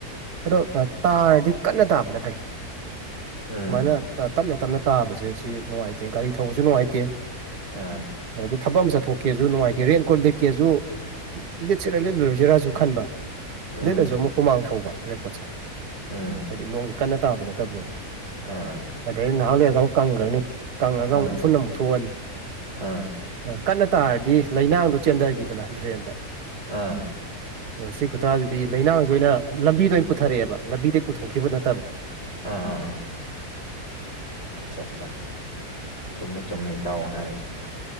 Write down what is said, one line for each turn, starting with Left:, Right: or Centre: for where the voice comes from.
Right: ꯑꯗꯣ ꯇꯥꯔꯗꯤ ꯀꯟꯅ ꯇꯥꯕꯅ ꯐꯩ
Left: ꯎꯝ
Right: ꯁꯃꯥꯏꯅ ꯇꯞꯅ ꯇꯞꯅ ꯇꯥꯕꯁꯦ ꯁꯤ ꯅꯨꯡꯉꯥꯏꯇꯦ ꯒꯥꯔꯤ ꯊꯧꯕꯁꯨ ꯅꯨꯡꯉꯥꯏꯇꯦ
Left: ꯑꯥ
Right: ꯑꯗꯒꯤ ꯊꯕꯛ ꯑꯃ ꯆꯠꯊꯣꯛꯀꯦꯁꯨ ꯅꯨꯡꯉꯥꯏꯒꯦ ꯔꯦꯟ ꯀꯣꯜ ꯂꯤꯦꯛꯀꯦꯁꯨ ꯂꯤꯠ ꯁꯤꯔ ꯂꯤꯠꯂꯔꯣꯏꯁꯤꯔꯥ ꯁꯨ ꯈꯟꯕ
Left: ꯎꯝ
Right: ꯂꯤꯠꯂꯁꯨ ꯑꯃꯨꯛ ꯍꯨꯃꯥꯡ ꯁꯧꯕ ꯔꯦꯡꯀꯣꯔꯠꯁꯦ
Left: ꯎꯝ
Right: ꯍꯥꯏꯗꯤ ꯅꯣꯡꯁꯦ ꯀꯟꯅ ꯇꯥꯕ ꯅꯠꯇꯕꯅꯤꯅ
Left: ꯑꯥ
Right: ꯑꯗꯩ ꯅꯍꯥꯟꯋꯥꯔꯒ ꯑꯃꯨꯛ ꯀꯪꯈ꯭ꯔꯅꯤ ꯀꯪꯉꯒ
Left: ꯑꯥ
Right: ꯑꯃꯨꯛ ꯎꯐꯨꯟꯅ ꯑꯃꯨꯛ ꯊꯣꯛꯑꯅꯤ
Left: ꯑꯥ ꯑꯥ
Right: ꯑ ꯀꯟꯅ ꯇꯥꯔꯗꯤ ꯂꯩꯅꯥꯡꯗꯣ ꯆꯦꯟꯊꯈꯤꯗꯅ ꯗ꯭ꯔꯦꯟꯗ
Left: ꯑ
Right: ꯑꯣ ꯁꯤ ꯈꯨꯇꯥꯁꯤꯗꯤ ꯂꯩꯅꯥꯡꯁ ꯑꯣꯏꯅ ꯂꯝꯕꯤꯗ ꯑꯣꯏꯅ ꯄꯨꯊꯔꯛꯑꯦꯕ ꯂꯝꯕꯤꯗꯩ ꯄꯨꯊꯣꯛꯈꯤꯕ ꯅꯠꯇꯕ
Left: ꯑꯥ ꯑꯥ ꯑꯥ ꯑꯆꯥ ꯑꯆꯥ ꯆꯨꯝꯃꯦ ꯆꯨꯝꯃꯦ ꯏꯇꯥꯎ ꯍꯥꯏꯁꯦ